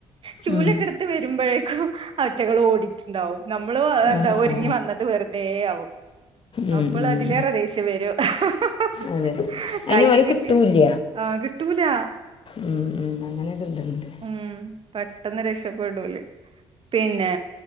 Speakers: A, on the right; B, on the left.
A: ചൂലൊക്കെ
B: ഉം.
A: ഇട് ത്ത് വരുമ്പഴേക്കും അയിറ്റങ്ങള് ഓടിട്ട്ണ്ടാവും നമ്മള് ഏഹ്
B: ആ,
A: എന്താ ഒരുങ്ങി
B: ആ.
A: വന്നത് വെറുതെ ആവും
B: ഉം,
A: അപ്പള്
B: ഉം.
A: അതിലേറെ ദേഷ്യം വരും
B: അതെ
A: <inaudible>
B: അതിന്
A: കൈയ്യ്
B: വരെ
A: കിട്ടിയ
B: കിട്ടൂല
A: ആഹ് കിട്ടൂലാ <inaudible>
B: ഉം, ഉം. അങ്ങനെ ഒരു ഇതുണ്ട്
A: ഹ്മ്മ് പെട്ടെന്ന് രക്ഷപ്പെടും ഓല് പിന്നെ